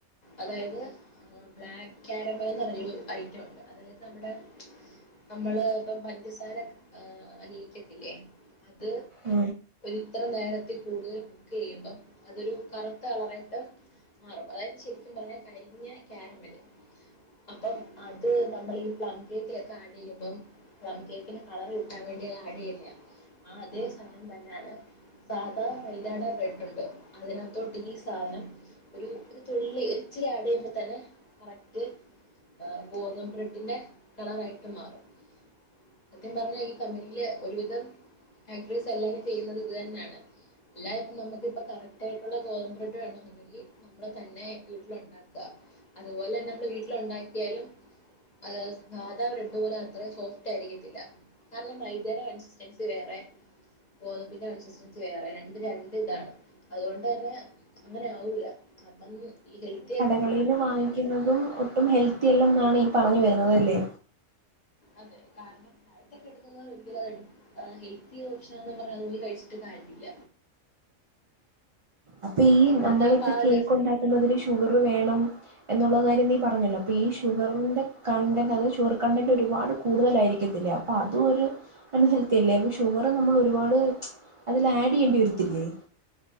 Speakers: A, on the left (about 35°); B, on the right (about 55°).
A: അതായത് ബ്ലാക്ക് കാരമൽ എന്ന് പറഞ്ഞൊരു ഐറ്റ ഉണ്ട് അതായത് നമ്മുടെ നമ്മള് ഇപ്പൊ പഞ്ചസാര അലിയിക്കത്തില്ലേ അത്
B: അ
A: ഇത്ര നേരത്തിൽ കൂടുതൽ കുക്ക് ചെയ്യുമ്പോ അതൊരു കറുത്ത കളറായിട്ടു മാറും അതായത് ശെരിക്കും പറഞ്ഞാ കരി ഇഞ്ഞ് കാരമല് അപ്പം അത് നമ്മൾ ഈ പ്ലം കേക്കിലെക്കെ ആഡ് യ്യുമ്പം പ്ലം കേക്കിന് കളർ കിട്ടാൻ വേണ്ടി ആഡ് യ്യുന്നയാ ആ അതേ സാനം തന്നെയാണ് സാധാ മൈദാടെ ബ്രെഡുണ്ട് അതിനകത്തോട്ട് ഈ സാധനം ഒരു തുള്ളി ഒരിച്ചിരി ആഡ് യ്യുമ്പ തന്നെ കറക്റ്റ് എ ഗോതമ്പ്ബ്രെഡിന്റെ കളറായിട്ട് മാറും. സത്യം പറഞ്ഞ ഈ കമ്പനിയില് ഒരുവിധം ബേക്കേറീസ് എല്ലാരും ചെയ്യുന്നത് ഇത് തന്നെയാണ്. അല്ലാ ഇപ്പൊ നമുക്കിപ്പൊ കറക്റ്റ് ആയിട്ടുള്ള ഗോതമ്പ്ബ്രെഡ് വേണോന്നുണ്ടെങ്കി നമ്മൾ തന്നെ വീട്ടിലുണ്ടാക്ക ക. അതുപോലെ ന്നെ നമ്മള് വീട്ടിലുണ്ടാ ക്കിയാലും അത് സ് സാധാ ബ്രെഡ് പോലെ അത്രയും സോഫ്റ്റ് ആയിരിക്കത്തില്ല. കാരണം മൈദയുടെ കൺസിസ്റ്റൻസി വേറെ ഗോതമ്പിന്റെ കൺസിസ്റ്റൻസി വേറെ രണ്ടും രണ്ട് ഇതാണ് അതുകൊണ്ട് തന്നെ അങ്ങനെ ആവൂല. അപ്പം ഈ ഹെൽത്തി ആയി
B: കളീന്ന്‌ വാങ്ങിക്കുന്നതും ഒട്ടും ഹെൽത്തി അല്ലെന്നാണ് പറഞ്ഞ് വരുന്നത് ല്ലെ
A: അതെ കാരണം ഡയറ്റൊക്കെ എടുക്കുന്നവര് ഒരിക്കലും അത് എട് ഹെൽത്തി ഓപ്ഷനെന്ന് പറഞ്ഞ് അതൂടി കഴിച്ചിട്ട് കാര്യമില്ല.
B: അപ്പൊ ഈ
A: അതിനകത്ത്
B: നമ്മളിപ്പ
A: ആ പാ
B: കേക്ക്
A: ജസ്റ്റ്
B: ഉണ്ടാക്കുന്നതില് ഷുഗറ് വേണം എന്നുള്ള കാര്യം നീ പറഞ്ഞല്ലോ അപ്പൊ ഈ ഷുഗറിന്റെ കണ്ടന്റ് അതും ഷുഗർ കണ്ടന്റ് ഒരുപാട് കൂടുതലായിരിക്കത്തില്ലേ അപ്പൊ അതു ഒരു അൺഹെൽത്തി അല്ലേ അപ്പൊ ഷുഗർ നമ്മൾ ഒരുപാട് അതിൽ ആഡ് യ്യേണ്ടി വെര്ത്തില്ലേ